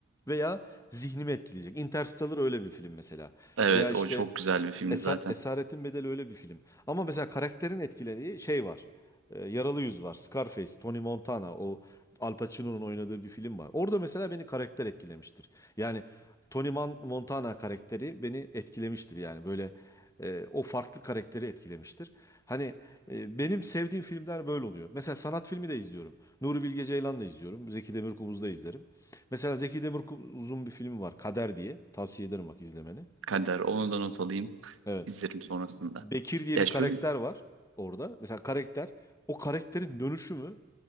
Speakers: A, on the left; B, on the right.
A: veya zihnimi etkileyecek. Interstellar öyle bir film mesela.
B: evet
A: Veya işte
B: o çok güzel bir filmdi
A: Esa-
B: zaten.
A: Esaretin Bedeli öyle bir film. Ama mesela karakterin etkilediği şey var. Ee, Yaralı Yüz var. Scarface, Tony Montana o Al Pacino'nun oynadığı bir film var. Orada mesela beni karakter etkilemiştir. Yani Tony Man- Montana karakteri beni etkilemiştir yani böyle e, o farklı karakteri etkilemiştir. Hani e, benim sevdiğim filmler böyle oluyor. Mesela sanat filmi de izliyorum. Nuri Bilge Ceylan da izliyorum. Zeki Demirkubuz da izlerim. Mesela Zeki Demirkubuz'un bir filmi var Kader diye. Tavsiye ederim bak izlemeni.
B: Kader onu da not alayım.
A: Evet.
B: izlerim sonrasında.
A: Bekir diye
B: Ya
A: bir
B: şöyle
A: karakter var orada. Mesela karakter o karakterin dönüşümü